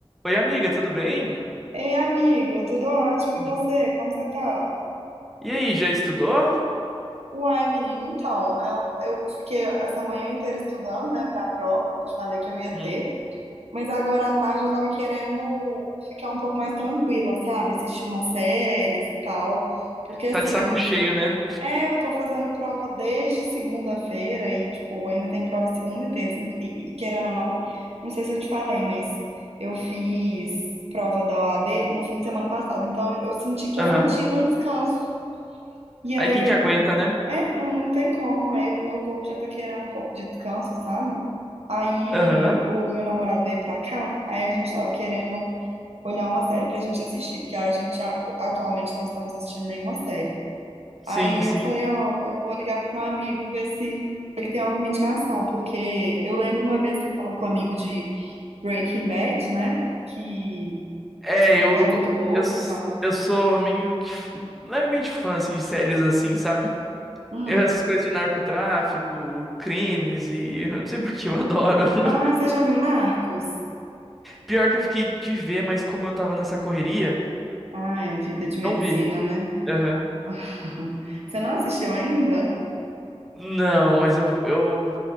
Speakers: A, in the centre; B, on the right.
A: Oi, amiga, tudo bem?
B: Ei, amigo, tudo ótimo
A: Uhum.
B: e você? Como você tá?
A: E aí, já estudou?
B: Uai, menino, então, eu, eu fiquei essa manhã inteira estudando, né, pra prova, que eu te falei que eu ia
A: Uhum.
B: ter, mas agora à tarde eu tava querendo ficar um pouco mais tranquila, sabe? Assistir umas séries e tal, porque assim,
A: Tá de saco cheio, né?
B: É, eu tô fazendo prova desde segunda-feira e, tipo, ainda tem prova segunda e terça. E, e, querendo ou não, não sei se eu te falei, mas eu fiz prova da OAB no fim de semana passado. Então, eu eu senti que
A: Aham.
B: eu não tive um descanso. E
A: Aí
B: aí
A: quem
B: eu,
A: que aguenta, né?
B: é, não, não tem como. Aí eu- meu corpo já tá querendo um pouco de descanso, sabe? Aí
A: Aham.
B: o meu namorado veio pra cá, aí a gente tava querendo olhar uma série pra gente assistir, porque a gente a- atualmente não estamos assistindo nenhuma série.
A: Sim,
B: Aí
A: sim.
B: eu falei, ó, eu vou ligar pro meu amigo ver se ele tem alguma indicação, porque eu lembro uma vez que você falou com o amigo de Breaking Bad, né? Que
A: É,
B: você falou
A: eu,
B: que
A: eu,
B: era
A: go-
B: muito boa
A: eu, s-
B: e tal.
A: eu sou meio que f- um, levemente fã, assim, de séries assim, sabe?
B: Hum.
A: Eu, essas coisas de narcotráfico, crimes e... Eu não sei por que eu adoro.
B: Ah, você
A: <laughs>
B: já viu Narcos?
A: Pior que eu fiquei de ver, mas como eu tava nessa correria,
B: Ah, é vida de medicina,
A: não vi.
B: né?
A: Aham.
B: <laughs> Você não assistiu ainda?
A: Não, mas eu, eu...